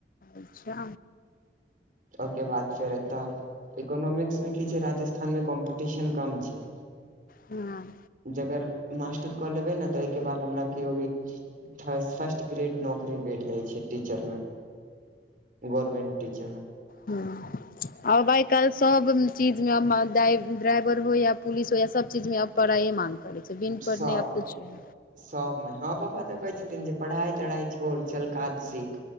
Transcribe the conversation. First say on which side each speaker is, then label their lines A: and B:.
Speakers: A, on the left; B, on the right.
A: अच्छा
B: ओके बात फेर एतऽ इकोनोॉमिक्स में की छै राजस्थान में कॉम्पटिशन कम छै
A: हं
B: जगर मास्टर कऽ लेबै ने तऽ ओइके बाद हमरा केओ भी थ फर्स्ट ग्रेड नौकरी भेट जाइ छै टीचर में गोर्मेन्ट टीचर में
A: हँ अब आइ काल्हि सब चीज में ड्राइवर हो या पुलिस हो या सब चीज में अब पढ़ाइए माँग करै छै बिन
B: सब
A: पढ़ने आब कुछ नै
B: सबमे हम पपा तऽ कहै छथिन जे पढ़ाई तढ़ाई छोड़ चल काज सीख